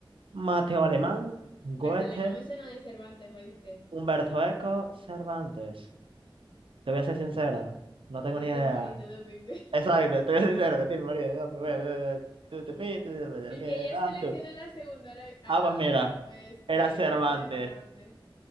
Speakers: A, on the right; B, on the left.
A: Mateo Alemán, Goethe,
B: Bertale, no me suena de Cervantes, ¿oíste?
A: Humberto Eco, Cervantes. Te voy a ser sincero, no tengo
B: De
A: ni idea.
B: Timarín, de Dopingüe.
A: Exacto, te voy a ser sincero, te tengo ni idea. Bueno,
B: <laughs>
A: eh, Tú te fuiste, tú te fuiste,
B: Y
A: el que
B: que ya
A: eras
B: seleccioné
A: tú.
B: la segunda. ahora- Ay,
A: Ah, pues mira,
B: no puede ser,
A: era Cervantes.
B: era Cervantes.